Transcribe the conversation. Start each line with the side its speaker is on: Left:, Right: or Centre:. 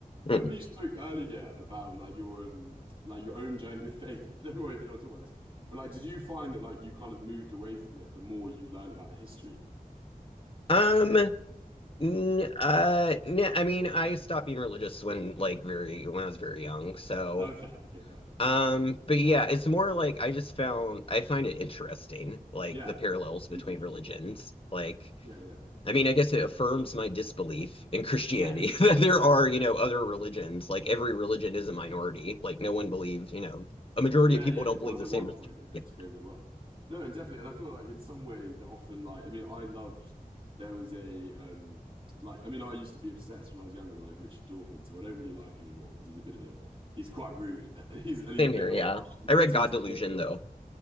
Left: Hmm.
Right: I remember you spoke earlier about like your um like your own journey with faith, <laughs> and don't worry if you don't want to talk about this. But like, did you find that like you kind of moved away from it the more you learned about the history?
Left: Um, N- uh, n- I mean, I stopped being religious when like very when I was very young. So,
Right: Oh, fair. Okay, fair, fair, fair.
Left: um, but yeah, it's more like I just found I find it interesting, like
Right: Yeah,
Left: the parallels between
Right: super interesting.
Left: religions. Like,
Right: Yeah, yeah.
Left: I mean, I guess it affirms my disbelief in Christianity
Right: Yes.
Left: <laughs> that there are, you know, other religions. Like every religion is
Right: Yeah,
Left: a minority.
Right: yeah.
Left: Like no one believes, you know, a majority
Right: Yeah,
Left: of people
Right: yeah, it
Left: don't
Right: was
Left: believe the
Right: at
Left: same.
Right: one
Left: religion.
Right: point and then
Left: Yeah,
Right: took over the world. No, and definitely, and I feel like in some way that often like I mean I loved there was a um like I mean I used to be obsessed when I was younger with like Richard Dawkins, who I don't really like anymore because he's a bit of a he's quite rude <laughs> and he's and he's
Left: same
Right: a bit
Left: here.
Right: harsh,
Left: Yeah,
Right: he's a
Left: I
Right: bit
Left: read
Right: too
Left: God
Right: severe.
Left: Delusion though.